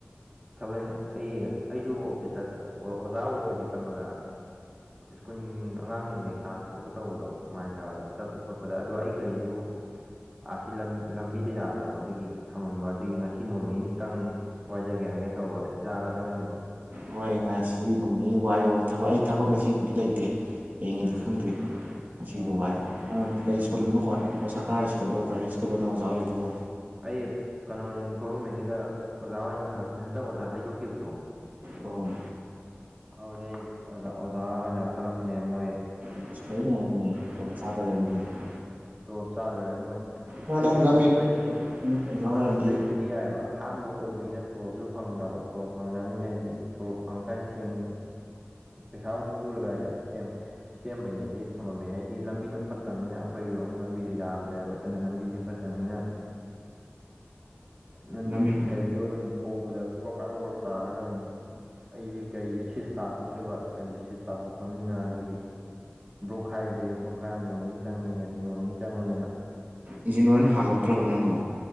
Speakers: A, on the right; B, on the right.
A: ꯊꯕꯜ ꯑꯩ ꯑꯩꯁꯨ ꯑꯣꯐꯤꯁꯇ ꯑꯣꯖꯥꯕꯨ ꯑꯣꯏꯔꯦ ꯀꯩꯅꯣꯗ ꯁ꯭ꯀꯨꯟ ꯑꯉꯥꯡꯁꯤꯡ ꯂꯔꯤꯛ ꯇꯥꯛꯄ ꯈꯣꯠꯄ ꯇꯧꯕꯗꯣ ꯅꯨꯡꯉꯥꯏꯇꯕ ꯆꯠꯄ ꯈꯣꯠꯄꯗ ꯑꯗꯣ ꯑꯩ ꯒꯥꯔꯤꯁꯨ ꯑꯁꯤ ꯂꯝꯕꯤꯗ ꯌꯥꯗ꯭ꯔꯕ ꯑꯗꯨꯒꯤ ꯊꯝꯃꯝꯕ ꯑꯗꯨꯒꯤ ꯉꯁꯤ ꯅꯣꯡꯅꯤꯅꯤꯇꯪ ꯋꯥꯏꯖꯒꯦ ꯍꯥꯏꯒꯦ ꯇꯧꯕ ꯌꯥꯒꯗ꯭ꯔꯣ ꯏꯌꯥꯝꯕ
B: ꯍꯣꯏ ꯉꯁꯤ ꯅꯣꯡꯅꯤꯅꯤ ꯋꯥꯏꯌꯣ ꯊꯕꯛ ꯑꯩ ꯊꯕꯛ ꯉꯁꯤꯕꯨꯗꯤ ꯂꯩꯇꯦ ꯍꯌꯦꯡꯉꯤꯗꯤ
A: ꯎꯝ
B: ꯈꯪꯗ꯭ꯔꯤ ꯉꯁꯤꯗꯣ
A: ꯎꯝ
B: ꯋꯥꯏꯔꯣ ꯀꯔꯤ
A: ꯎꯝ
B: ꯁ꯭ꯀꯨꯜꯗꯅꯣ ꯈꯣꯠ ꯁꯔꯀꯥꯔ ꯁ꯭ꯀꯨꯜꯗꯣ ꯄ꯭ꯔꯥꯏꯕꯦꯠ ꯁ꯭ꯀꯨꯜꯅ ꯑꯣꯖꯥ ꯑꯣꯏ ꯑꯗꯨꯕꯨ
A: ꯑꯩ ꯀꯩꯅꯣꯅꯤ ꯒꯣꯚꯔꯃꯦꯟꯒꯤꯗ ꯑꯣꯖꯥ ꯑꯣꯏꯅ ꯈꯜꯂꯛꯄꯅꯦ ꯍꯟꯗꯛ ꯑꯣꯖꯥ ꯍꯥꯏꯗꯣꯛꯈꯤꯕꯗꯣ
B: ꯑꯣ
A: ꯑꯗꯨ ꯑꯩ ꯑꯣꯖꯥ ꯑꯣꯖꯥ ꯑꯣꯏꯅ ꯈꯜꯂꯛꯄꯅꯦ ꯃꯣꯏ
B: <unintelligible>
A: ꯎꯝ ꯇꯣꯂꯣꯞ ꯆꯥꯗꯣꯔꯦ ꯃꯣꯏ
B: ꯑꯗꯣ
A: ꯑꯩꯗꯣ
B: ꯅꯪ ꯒꯃꯦꯟ
A: ꯂꯩ ꯂꯩ
B: ꯑꯣꯖꯥ ꯑꯣꯏꯔꯗꯤ
A: ꯑꯍꯥꯟ ꯂꯩꯕꯨꯗꯤ ꯗꯤ ꯌꯥꯏꯕ ꯑꯍꯥꯟꯕ ꯑꯣꯏꯕꯅꯤꯅ ꯇꯣꯣꯔꯣꯞꯁꯨ ꯐꯪꯗꯕ ꯇꯣꯣꯔꯣꯞ ꯐꯪꯗꯕꯅꯤꯅꯗꯤ ꯇꯣꯔꯣꯞ ꯐꯪꯉ ꯀꯥꯟ ꯁꯦꯡ ꯄꯩꯁꯥꯕꯗꯤ ꯄꯔꯒ ꯏꯦꯝ ꯁꯦꯝꯕꯩꯅꯤꯗꯤ ꯊꯝꯃꯝꯃꯦ ꯍꯥꯏꯗꯤ ꯂꯝꯕꯤꯗꯣ ꯐꯠꯇꯕꯅꯤꯅ ꯑꯩꯈꯣꯏꯒꯤꯝ ꯂꯝꯕꯤꯗꯣ ꯌꯥꯗ꯭ꯔꯦꯕ ꯑꯗꯨꯅ ꯂꯝꯕꯤꯁꯦ ꯃꯇꯝꯅꯤꯅ ꯂꯝꯕꯤ
B: ꯒꯃꯦꯟ
A: ꯒꯥꯔꯤꯗꯣ ꯑꯗꯨꯝ ꯊꯧꯕꯗ ꯀ꯭ꯔꯣꯛꯀꯛ ꯀꯣꯀꯛ ꯇꯥꯔꯒ ꯑꯃꯨꯛ ꯑꯩꯁꯦ ꯒꯥꯔꯤꯗꯨ ꯁꯤꯁ ꯇꯥꯊꯣꯛꯀꯦꯕ ꯒꯥꯔꯤꯁꯨ ꯁꯤꯁ ꯇꯥꯊꯣꯛꯈ꯭ꯔꯕꯅꯤꯅ ꯑꯗꯨꯒꯤ ꯕ꯭ꯔꯣꯛꯈꯥꯏꯁꯦ ꯕ꯭ꯔꯣꯛꯈꯥꯏ ꯑꯃ ꯅꯣꯡꯃꯅꯤ ꯆꯪꯉꯦ ꯑꯗꯨ ꯅꯣꯡꯃꯅꯤ ꯆꯪꯕꯅꯤꯅ
B: ꯏꯟꯖꯤꯟ ꯂꯣꯏ ꯑꯣꯏꯅ ꯍꯥꯜꯂꯧꯛꯇ꯭ꯔꯕ ꯅꯪꯕꯣ